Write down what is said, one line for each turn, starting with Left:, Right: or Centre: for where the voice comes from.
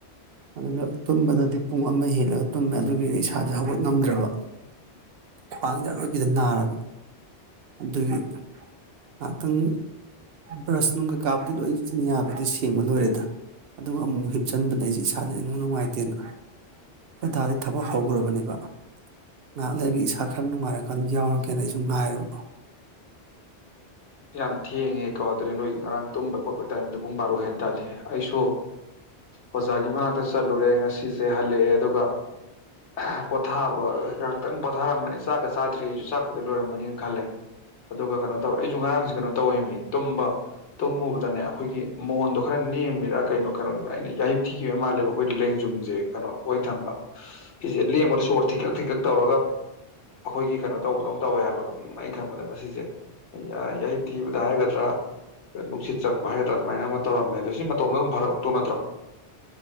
Right: ꯑꯗꯨꯅ ꯇꯨꯝꯕꯗꯗꯤ ꯄꯨꯡ ꯑꯃ ꯍꯦꯜꯂꯒ ꯇꯨꯝꯃꯦ ꯑꯗꯨꯒꯤꯗꯤ ꯏꯁꯥꯖꯦ ꯍꯧꯒꯠ ꯉꯝꯗ꯭ꯔꯕ ꯈ꯭ꯋꯥꯡꯖꯦ ꯑꯔꯣꯏꯕꯤꯗ ꯅꯥꯔꯕ ꯑꯗꯨꯒꯤ ꯉꯥꯛꯇꯪ ꯕ꯭ꯔꯁ ꯅꯨꯡꯀꯩꯀꯥꯕꯨꯗꯤ ꯂꯣꯏ ꯆꯤꯟ ꯌꯥꯕꯨꯗꯤ ꯁꯦꯡꯕ ꯂꯣꯏꯔꯦꯗ ꯑꯗꯨꯒ ꯑꯃꯨꯛ ꯍꯤꯞꯆꯟꯕꯅꯦ ꯑꯩꯖꯦ ꯏꯁꯥꯥꯖꯦ ꯏꯅꯨꯡ ꯅꯨꯡꯉꯥꯏꯇꯦꯅ <unintelligible> ꯗꯥꯗꯤ ꯊꯕꯛ ꯍꯧꯒ꯭ꯔꯕꯅꯦꯕ ꯉꯍꯥꯛ ꯂꯩꯔ ꯏꯁꯥ ꯈꯔ ꯅꯨꯡꯉꯥꯏꯔꯀꯥꯟꯗ ꯌꯥꯎꯔꯒꯦꯅ ꯑꯩꯁꯨ ꯉꯥꯏꯔꯕ
Left: ꯌꯥꯝ ꯊꯦꯡꯉꯦꯀꯣ ꯑꯗꯨꯗꯩ ꯅꯣꯏ ꯉꯔꯥꯡ ꯇꯨꯝꯕ ꯈꯣꯠꯄ ꯇꯥꯏꯃꯤꯡꯗꯣ ꯄꯨꯡ ꯕꯥꯔꯣ ꯍꯦꯟ ꯇꯥꯗꯤ ꯑꯩꯁꯨ ꯑꯣꯖꯥꯒꯤ ꯃꯅꯥꯛꯇ ꯆꯠꯂꯨꯔꯦ ꯉꯁꯤꯁꯦ ꯍꯜꯂꯛꯑꯦ ꯑꯗꯨꯒ ꯍꯥ ꯄꯣꯠꯊꯥꯕ ꯉꯥꯛꯇꯪ ꯄꯣꯠꯊꯥꯔꯝꯕꯅꯤ ꯆꯥꯛꯀ ꯆꯥꯗ꯭ꯔꯤ ꯑꯩꯖꯨ ꯆꯥꯛꯄꯨꯗꯤ ꯂꯣꯏꯔꯝꯃꯅꯤꯅ ꯈꯜꯂꯦ ꯑꯗꯨꯒ ꯀꯩꯅꯣ ꯇꯧꯋꯦ ꯑꯩꯖꯨ ꯉꯔꯥꯡꯖꯦ ꯀꯩꯅꯣ ꯇꯧꯋꯦꯃꯤ ꯇꯨꯝꯕ ꯇꯨꯝꯃꯨꯕꯗꯅꯦ ꯑꯈꯣꯏꯒꯤ ꯃꯣꯟꯗꯣ ꯈꯔ ꯅꯦꯝꯃꯤꯔꯥ ꯀꯩꯅꯣ ꯀꯩꯅꯣ ꯑꯩꯅ ꯌꯥꯍꯤꯞ ꯊꯤꯈꯤꯕ ꯃꯥꯜꯂꯦꯕ ꯑꯈꯣꯏ ꯂꯦꯡꯖꯨꯝꯖꯦ ꯀꯩꯅꯣ ꯑꯣꯏ ꯊꯪꯕ ꯁꯤꯖꯦ ꯂꯦꯡꯕꯗ ꯁꯣꯔ ꯊꯤꯀꯛ ꯊꯤꯀꯛ ꯇꯧꯔꯒ ꯑꯈꯣꯏꯒꯤ ꯀꯩꯅꯣ ꯇꯧꯕꯗꯧꯅ ꯇꯧꯋꯦ ꯍꯥꯏꯕ ꯑꯩ ꯈꯟꯕꯗ ꯃꯁꯤꯁꯦ <unintelligible> ꯌꯥꯍꯤꯞ ꯊꯤꯕꯗ ꯍꯥꯏꯒꯗ꯭ꯔ <unintelligible> ꯅꯨꯡꯁꯤꯠ <unintelligible> ꯍꯥꯏꯒꯗ꯭ꯔ ꯑꯗꯨꯃꯥꯏꯅ ꯑꯃ ꯇꯧꯔꯝꯃꯦ ꯑꯗꯣ ꯁꯤ ꯃꯇꯣꯝꯇ ꯑꯗꯨꯝ ꯐꯔꯛꯇꯧ ꯅꯠꯇ꯭ꯔꯣ